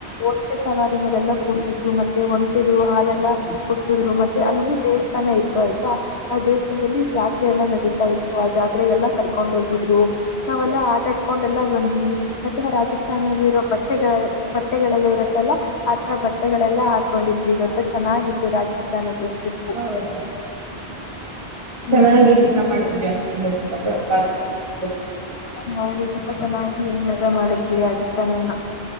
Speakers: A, on the left (about 85°); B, on the right (about 30°).
A: ಒಂಟೆ ಸವಾರಿ ಮೇಲೆಲ್ಲಾ ಕೂಡ್ಸಿದ್ರು ಮತ್ತೆ ಒಂಟೆದು ಹಾಲೆಲ್ಲ ಕುಡ್ಸುದ್ರು ಮತ್ತೆ ಅಲ್ಲೊಂದು ದೇವಸ್ಥಾನ ದೇವಸ್ಥಾನ ಇತ್ತು ಆಯ್ತ ಆ ದೇವಸ್ಥಾನದಲ್ಲಿ ಜಾತ್ರೆ ನಡೀತಾ ಇತ್ತು ಆ ಜಾತ್ರೆಗೆಲ್ಲಾ ಕರ್ಕೊಂಡ್ ಹೋಗಿದ್ರು ನಾವೆಲ್ಲಾ ಆಟ ಆಡ್ಕೊಂಡೆಲ್ಲಾ ಬಂದ್ವಿ ಮ ಮತೇ ರಾಜಸ್ಥಾನದಲ್ಲಿ ಇರೋ ಬಟ್ಟೆಗಳ ಬಟ್ಟೆಗಳೆಲ್ಲ ಇರತ್ತಲ್ಲ ಆತರ ಬಟ್ಟೆಗಳೆಲ್ಲ ಹಾಕೊಂಡಿದ್ವಿ ಈ ಗತ್ತ ಚೆನ್ನಾಗಿತ್ತು ರಾಜಸ್ಥಾನದ್ದು ಟ್ರಿಪ್ಪು
B: ಹೌದೌ
A: ಹ್ಮ್
B: ಚೆನ್ನಾಗಿ ಎಂಜಾಯ್ ಮಾಡಿದ್ರಿ ಅನ್ನಗ ಆಯಿತು ರಾಜಸ್ಥಾನ <unintelligible>
A: ಹೌದು ತುಂಬಾ ಚೆನ್ನಾಗಿ ಮಜಾ ಮಾಡಿದ್ವಿ ರಾಜಸ್ಥಾನಾನ